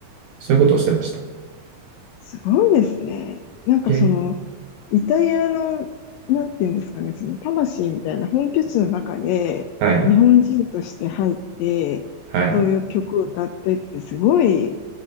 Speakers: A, on the right (about 70°); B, on the left (about 80°).
A: そういうことをしてました。
B: すごいですね。なんかその、
A: いやいや、
B: イタリアの、なんていうんですかね、その魂みたいな本拠地の中で、
A: はい、
B: 日本人として入って、
A: はい。
B: そういう曲を歌ってってすごい